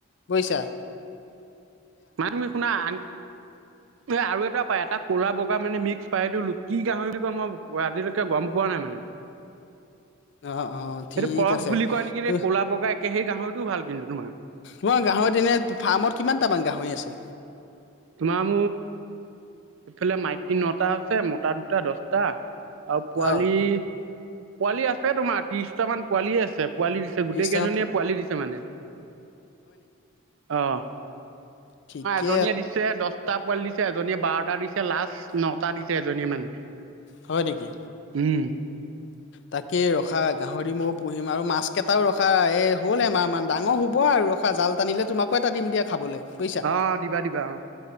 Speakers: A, on the left (about 55°); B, on the right (about 70°).
A: বৈছা।
B: মা তুমি শুনা আ এ আৰু এটাা এটা ক'লা বগা মানে মিক্স পাৰটো কি গাহৰিবি ক মই আজিলৈকে গম পোৱা নাই মানে।
A: অ অ ঠিক
B: সেইটো ক্ৰচ
A: আছে
B: বুলি কয় নেকি
A: ত
B: নে ক'লা বগা একে সেই গাহৰিটোও ভাল কিন্তু তোমাৰ
A: মই গাহৰিত এনে ফাৰ্মত কিমান তামান গাহৰি আছে।
B: তোমাৰ এইফালে মাইকী নটা আছে মতা দুটা দচটা। আৰু পোৱালি
A: অ',
B: পোৱালি আছে তোমাৰ ত্ৰিশটামান পোৱালিয় আছে। পোৱালি দিছে
A: ত্ৰিশটামান
B: গোটেই কেইজনীয়ে পোৱালি দিছে মানে আহ।
A: ঠিকেই
B: এজনীয়ে দিছে দহটা পোৱালি দিছে এজনীয়ে বাৰটা দিছে লাষ্ট নটা দিছে এজনীয়ে মানে
A: হয় নেকি
B: উম
A: তাকে ৰখা গাহৰি ময়ও পুহিম আৰু মাছ কেইটাও ৰখা এই হ'ল এমাহ মমান ডাঙৰ হুব আৰু ৰখা জাল টানিলে তোমাকো এটা দিম দিয়া খাবলৈ। বুজিছা
B: অ দিবা দিবা অ